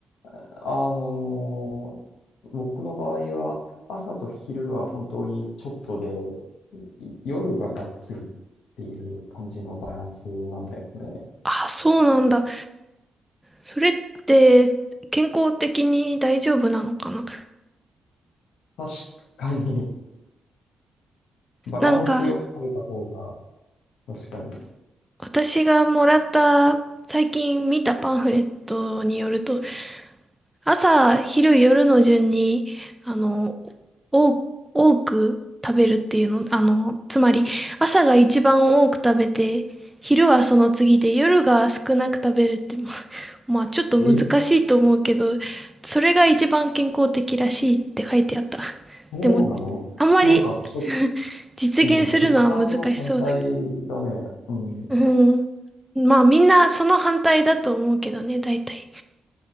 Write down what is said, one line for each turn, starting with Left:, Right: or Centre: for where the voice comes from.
Left: あのー僕の場合は、朝と昼は本当にちょっとで、い夜ががっつりっていう感じのバランスなんだよね。
Centre: あそうなんだ。それって健康的に大丈夫なのかな
Left: 確かに、バランスよく食べた方が、
Centre: なんか、
Left: 確かに。
Centre: 私がもらった最近見たパンフレットによると朝昼夜の順にあの多多く食べるっていうのあのつまり朝が一番多く食べて昼はその次で夜が少なく食べるってままあちょっと難しいと思うけどそれが一番健康的らしいって書いてあった
Left: え、そうなのなんかちょっ
Centre: でもあんまり <laughs> 実現するのは難しそうだけど
Left: うん、直感の反対だね。うん。
Centre: うん。まあみんなその反対だと思うけどね、大体。